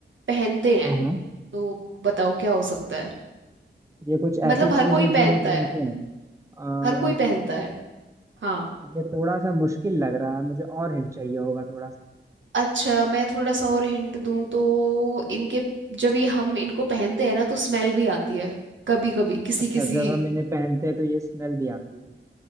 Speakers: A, on the right; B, on the right.
A: पहनते हैं
B: हाँ हाँ
A: तो बताओ क्या हो सकता है
B: ये कुछ ऐसी
A: मतलब
B: चीज
A: हर कोई
B: है जो
A: पहनता
B: हम पहनते
A: है
B: हैं आ,
A: हर कोई पहनता है हाँ
B: ये थोड़ा सा मुश्किल लग रहा है मुझे और हिंट चाहिए होगा थोड़ा सा
A: अच्छा मैं थोड़ा सा और हिंट दूं तो इनके जब ये हम इनको पहनते हैं ना तो स्मेल भी आती है कभी कभी किसी
B: अच्छा
A: किसी
B: जब हम इन्हें पहनते हैं तो ये स्मेल भी आती है